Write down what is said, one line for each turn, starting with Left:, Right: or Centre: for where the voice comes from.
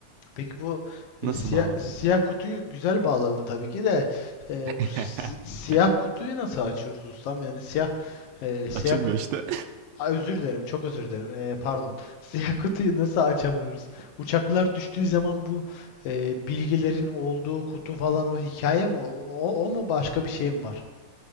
Left: Peki bu e,
Right: Nasıl
Left: siyah,
Right: bağladın?
Left: siyah kutuyu güzel bağladın tabii ki de. E,
Right: <laughs>
Left: bu si- siyah kutuyu nasıl açıyoruz ustam? Yani siyah e, siyah
Right: Açılmıyor
Left: kutu
Right: işte.
Left: Aa, özür dilerim, çok özür dilerim. Ee, pardon. <laughs> Siyah kutuyu nasıl açamıyoruz? Uçaklar düştüğü zaman bu e, bilgilerin olduğu kutu falan o hikaye mi? O, o, o mu başka bir şey mi var?